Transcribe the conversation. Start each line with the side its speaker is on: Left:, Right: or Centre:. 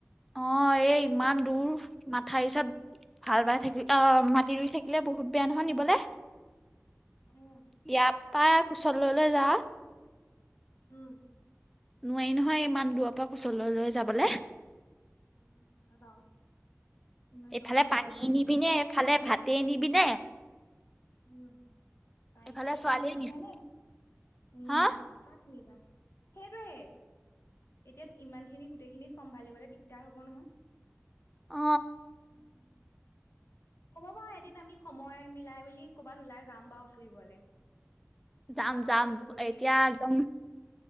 Centre: অ' এই ইমান
Left: হয় বাৰু
Centre: দূৰ। মাথা এইচাত হাল বাই থাকিল অ' মাটি ৰুই থাকিলে বহুত বেয়া নহয় নিবলে।
Left: উম,
Centre: ইয়াৰ পৰা কোঁচত লৈ লৈ যা
Left: উম।
Centre: নোৱাৰি নহয়। ইমান দূৰৰ পৰা কোঁচত লৈ লৈ যাবলৈ।
Left: উম হয় বাৰু। ইমান
Centre: এইফালে
Left: দূৰৰ পৰা
Centre: পানীয়ে
Left: দিবলৈ দিগদাৰ
Centre: নিবিনে, এইফালে ভাতে নিবিনে,
Left: উম তাই
Centre: এইফালে
Left: কেই
Centre: ছোৱালীয়ে
Left: চম্ভালিবিনে
Centre: নিছে
Left: উম
Centre: হা
Left: কাক নিবা সেইটোৱে, এতিয়া ইমান খিনি গোটেইখিনি চম্ভালিবলে দিগদাৰ হব নহয়।
Centre: অ
Left: উম। হ'ব বাৰু এদিন আমি সময় মিলাই মেলি কৰ'বাত ওলাই যাম বাৰু ফুৰিবলে।
Centre: যাম
Left: মাহঁতেও
Centre: যাম,
Left: যদি
Centre: এতিয়া একদম।